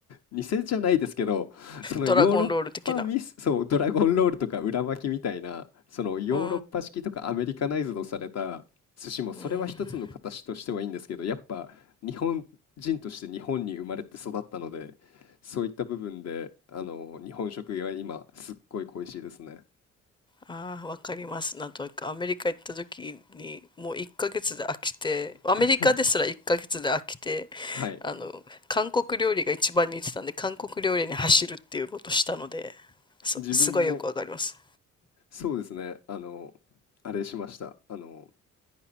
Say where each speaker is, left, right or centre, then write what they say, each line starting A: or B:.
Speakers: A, on the left (about 60°); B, on the left (about 15°).
A: 偽じゃないですけど、そのヨーロッパミス、
B: ドラゴンロール的な。
A: そう、ドラゴンロールとか裏巻きみたいな、そのヨーロッパ式とかアメリカナイズドされた寿司も、
B: うん。
A: それは一つの形としてはいいんですけど、
B: うん。
A: やっぱ日本人として日本に生まれて育ったので、そういった部分で、あの、日本食が今、すっごい恋しいですね。
B: ああ、わかります。なんとなく、アメリカ行った時に、もう1ヶ月で飽きて、アメリカですら1ヶ月で飽きて、
A: <laughs> はい。
B: あの、韓国料理が一番似てたんで、韓国料理に走るっていうことをしたので、そ、
A: 自分も、
B: すごいよくわかります。
A: そうですね、あの、あれしました。あの、